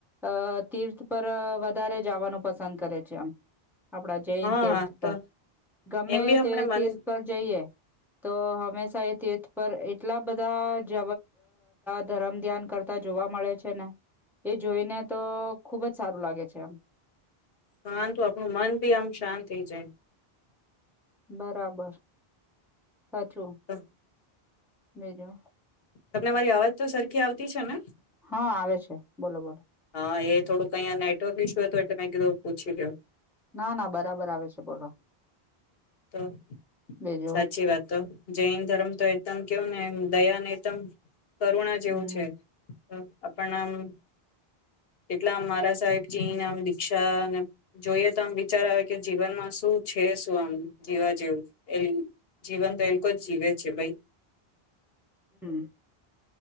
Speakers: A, in the centre; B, on the left.
A: અ તીર્થ પર વધારે જવાનું પસંદ કરે છે આમ આપડા જૈન
B: હા
A: તીર્થ
B: તો
A: પર ગમે
B: એમ બી આપણે
A: તે
B: મન
A: તીર્થ પર જઈએ તો હંમેશા એ તીથ પર કેટલા બધા જ ધરમ ધ્યાન કરતા જોવા મળે છે ને એ જોઈને તો ખુબ જ સારું લાગે છે એમ
B: શાંતુ આપણું મન ભી આમ શાંત થઈ જાય
A: બરાબર સાચો
B: તો
A: મેરો
B: તમને મારી અવાજ તો સરખી આવતી તે છે
A: હા આવે છે બોલો બોલો
B: હા એ થોડુંક અહીંયા નેટવર્ક ઇસ્યુ હતું એટલે મેં કીધું પૂછી ગયો
A: ના ના બરાબર આવે છે બોલો
B: તો
A: બીજું
B: સાચી વાત તો જૈન ધર્મ તો એકદમ કેવું એમ દયાનેત કરુણા જેવું
A: હમ
B: છે. આપણા આમ એટલા આમ મારા સાહેબજીને આમ દીક્ષા જોઈએ તો આમ વિચાર આવે કે જીવનમાં શું છે શું આમ જીવા જેવું એ જીવન તો એ લોકો જ જીવે છે ભાઈ
A: હમ